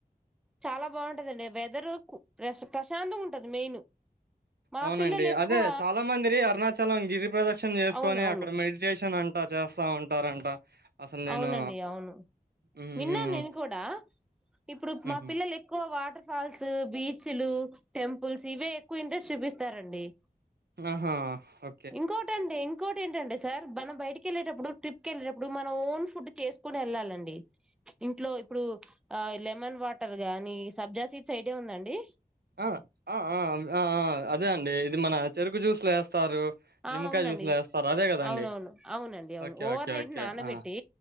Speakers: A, in the centre; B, on the right (about 75°).
A: చాలా బాగుంటందండి వేథెర్ కు ప్ర ప్రశాంతం ఉంటది మెయిన్ మా
B: అవునండి
A: పిల్లలు ఎక్కువ
B: అదే చాలా మంది అరుణాచ చలం గిరి ప్రదక్షిణ చేసుకొని
A: అవును అవును
B: అక్కడ మెడిటేషన్ ఆన్ అంటా చేస్తా ఉంటారంట అసలు నేను
A: అవునండి అవును
B: హ్మ్
A: విన్నాను నేను కూడా ఇప్పుడు మా
B: హు
A: పిల్లలు ఎక్కువ వాటర్ ఫాల్స్ బీచ్లు టెంపుల్స్ ఇవే ఎక్కువ ఇంట్రెస్ట్ చూపిస్తారండి
B: ఆహా ఓ
A: ఇంకొటండి ఇంకోటి ఏంటండి సార్ మనం బయటకి వెళ్ళేటప్పుడు ట్రిప్కి వెళ్ళేటప్పుడు మనం ఓన్ ఫుడ్ చేసుకుని వెళ్ళాలిండి ఇంట్లో ఇప్పుడు ఆ లెమన్ వాటర్ గాని సబ్జా సీడ్ ఐడియా ఉందా అండి
B: ఆ ఆ ఆ ఆ ఆ! అదే అండి ఇది మన చెరుకు జ్యూసులు వేస్తారు
A: ఆ
B: నిమ్మకాయ
A: అవునండి
B: జ్యూస్లో వేస్తారు అదే కదండి
A: అవునవును అవునండి అవును
B: okay
A: ఓవర్
B: okay
A: నైట్
B: okay
A: నానబెట్టి
B: ఆ